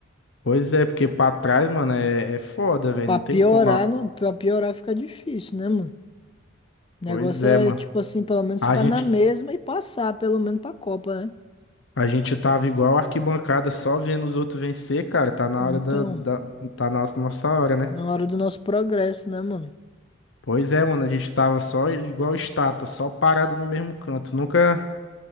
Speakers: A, on the left (about 65°); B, on the left (about 25°).
A: Pois é, porque pra trás, mano, é, é foda, velho,
B: Pra
A: não
B: piorar,
A: tem como. Ah,
B: não, pra piorar fica difícil, né, mano? O
A: Pois
B: negócio
A: é,
B: é,
A: mano.
B: tipo assim, pelo menos
A: A
B: ficar
A: gente
B: na mesma e passar, pelo menos pra Copa, né?
A: A gente tava igual arquibancada só vendo os outros vencer, cara. Tá na
B: Então,
A: hora da, da- tá na nossa hora, né?
B: na hora do nosso progresso, né, mano?
A: Pois é, mano, a gente tava só igual estátua, só parado no mesmo canto. Nunca,